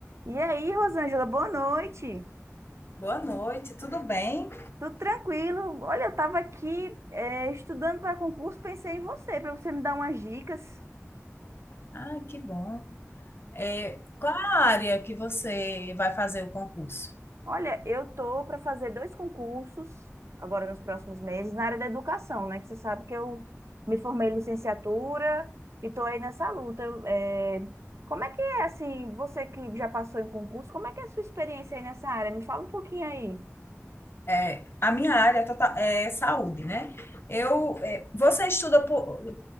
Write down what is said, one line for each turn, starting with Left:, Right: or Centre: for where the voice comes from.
Right: E aí, Rosângela, boa noite.
Left: Boa noite, tudo bem?
Right: Tudo tranquilo? Olha, eu estava aqui eh, estudando para concurso, pensei em você, para você me dar umas dicas.
Left: Ah, que bom. É, qual a área que você vai fazer o concurso?
Right: Olha, eu tô para fazer dois concursos agora nos próximos meses na área da educação, né? Que você sabe que eu me formei em licenciatura e tô aí nessa luta. Eu, eh, como é que é assim? Você que já passou em concurso, como é que é a sua experiência aí nessa área? Me fala um pouquinho aí.
Left: É, a minha área tota- é saúde, né? Eu, é, você estuda por,